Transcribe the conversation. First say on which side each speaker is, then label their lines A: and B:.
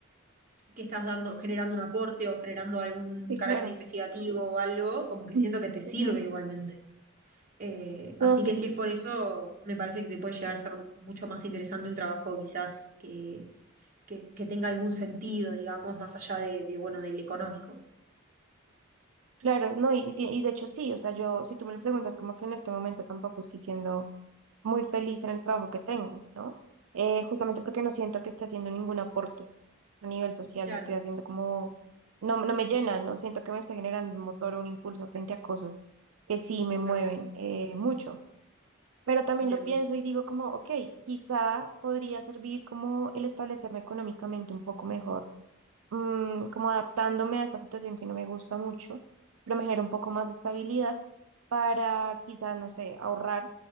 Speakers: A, on the right (about 40°); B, on the right (about 70°).
A: que estás dando, generando un aporte o generando algún
B: sí,
A: carácter
B: claro.
A: investigativo o algo, como que
B: Mm,
A: siento que te sirve
B: ujú.
A: igualmente. Eh, así
B: No, sí,
A: que si es por eso, me parece que te puede llegar a ser mucho más interesante un trabajo quizás que, que, que tenga algún sentido, digamos, más allá de, de, bueno, del económico.
B: claro, no, y, y ti- y de hecho sí, o sea, yo, si tú me lo preguntas, como que en este momento tampoco estoy siendo muy feliz en el trabajo que tengo, ¿no? Eh, justamente porque no siento que esté haciendo ningún aporte a nivel social,
A: Claro,
B: no estoy haciendo como, no, no me llena, no siento que me esté generando un motor o un impulso frente a cosas que sí me mueven
A: claro,
B: eh, mucho. Pero también
A: entiendo,
B: lo pienso y digo como, ok, quizá podría servir como el establecerme económicamente un poco mejor mm, como adaptándome a esta situación que no me gusta mucho, pero me genera un poco más de estabilidad para quizá, no sé, ahorrar